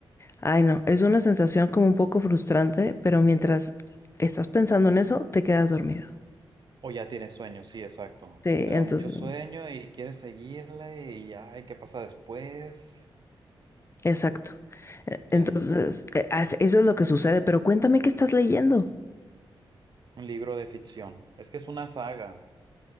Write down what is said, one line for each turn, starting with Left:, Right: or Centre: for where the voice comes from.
Left: Ay, no, es una sensación como un poco frustrante, pero mientras estás pensando en eso, te quedas dormido.
Right: o ya tienes sueño, sí, exacto.
Left: Sí,
Right: Te da
Left: entonces,
Right: mucho sueño y quieres seguirle y ay, ¿qué pasa después?
Left: exacto. Eh,
Right: Y
Left: Entonces,
Right: así.
Left: eh, as- eso es lo que sucede, pero cuéntame qué estás leyendo.
Right: Un libro de ficción. Es que es una saga,